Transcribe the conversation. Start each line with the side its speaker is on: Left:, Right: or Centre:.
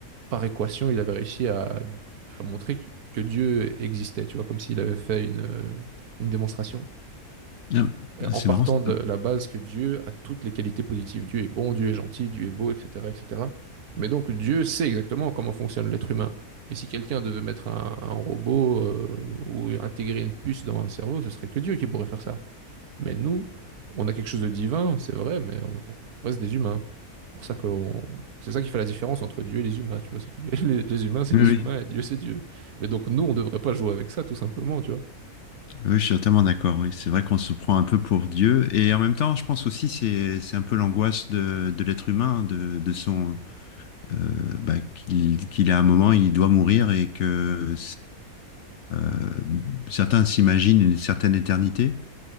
Right: par équation, il avait réussi à, à montrer que Dieu existait, tu vois, comme s'il avait fait une, euh, une démonstration
Left: Ah,
Right: euh, en
Left: C'est
Right: partant
Left: marrant. Ça.
Right: de la base que Dieu a toutes les qualités positives. Dieu est bon, Dieu est gentil, Dieu est beau, etc., etc. Mais donc Dieu sait exactement comment fonctionne l'être humain. Et si quelqu'un devait mettre un, un robot euh, ou intégrer une puce dans un cerveau, ce serait que Dieu qui pourrait faire ça. Mais nous, on a quelque chose de divin, c'est vrai, mais on, on reste des humains. C'est pour ça que c'est ça qui fait la différence entre Dieu et les humains, tu vois. C'est que les, les- les humains, c'est
Left: Oui,
Right: les humains
Left: oui.
Right: et Dieu, c'est Dieu. Mais donc nous, on ne devrait pas jouer avec ça, tout simplement, tu vois.
Left: oui, je suis totalement d'accord. Oui, c'est vrai qu'on se prend un peu pour Dieu. Et en même temps, je pense aussi c'est c'est un peu l'angoisse de, de l'être humain, de, de son euh, bah, qu'il qu'il a un moment, il doit mourir et que euh, certains s'imaginent une certaine éternité.